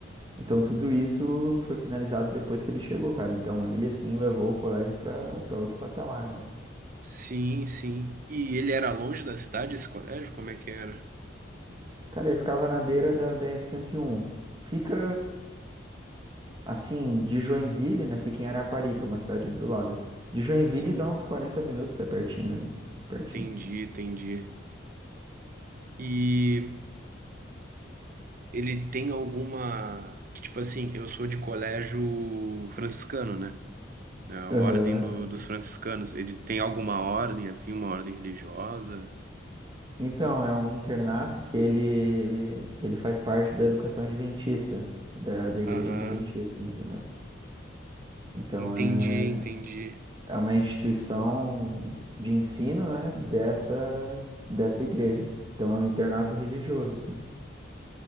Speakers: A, on the right; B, on the right.
A: Então tudo isso foi finalizado depois que ele chegou, cara. Então ele assim levou o colégio para para outro patamar, meu.
B: Sim, sim. E ele era longe da cidade, esse colégio? Como é que era?
A: Cara, ele ficava na beira da br um. Fica assim de Joinville, né? Fica em Araquarica, uma cidade ali do lado. De Joinville
B: Sim,
A: dá uns 40 minutos, é pertinho ali, pertinho.
B: entendi, entendi. E Ele tem alguma. Que, tipo assim, eu sou de colégio franciscano, né? É A
A: Aham.
B: ordem do- dos franciscanos. Ele tem alguma ordem, assim, uma ordem religiosa?
A: Então, é um internato que ele, ele faz parte da educação adventista, da, da igreja
B: Aham.
A: adventista, entendeu? Então,
B: Entendi,
A: é,
B: entendi.
A: é uma instituição de ensino, né, dessa, dessa igreja. Então, é um internato religioso, assim.